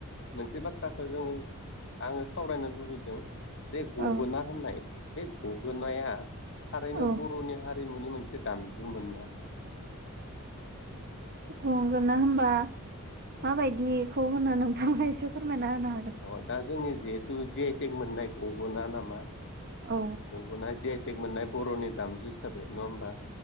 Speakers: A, on the left; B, on the right.
A: मोनसे बाथ्राखौ जोङो आङो सावरायनो लुबैदों। बे गगोना
B: औ
A: होननाय बे गगोनाया थारैनो
B: औ
A: बर'नि हारि हारिमुनि मोनसे दामजु मोन ना?
B: गगोना होबा माबायदिखौ होनना नोंथांमोना एसे फोरमायना होनां
A: अ दा जोंनि जे थु जि आइ टेक मोननाय गग'ना नामा।
B: औ
A: गगोना जि आइ थेग मोननाय बर'नि दामजु हिसाबै नङा होमबा।